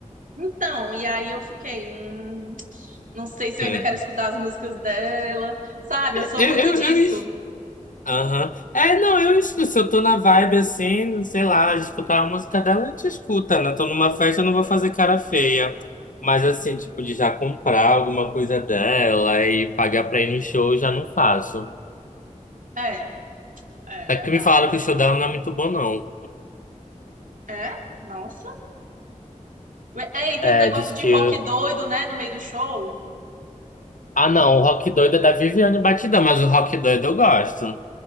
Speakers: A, on the right (about 80°); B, on the left (about 80°).
A: Então, e aí eu fiquei, hum, não sei se
B: É.
A: eu ainda quero escutar as músicas dela, sabe? Eu sou
B: Eu,
A: muito
B: eu,
A: disso.
B: eu, es- Aham. É, não, eu escuto. Se eu tô na vibe assim, sei lá, de escutar a música dela, a gente escuta, né? Tô numa festa, eu não vou fazer cara feia. Mas assim, tipo, de já comprar alguma coisa dela e pagar pra ir no show, eu já não faço.
A: É, é
B: Até
A: verdade,
B: que me falaram
A: não.
B: que o show dela não é muito bom, não.
A: É? É? Nossa. É, e tem
B: É,
A: um negócio
B: diz
A: de
B: que
A: rock doido, né, no meio do show.
B: Ah, não, o Rock Doido é da Viviane Batidão, mas o Rock Doido eu gosto.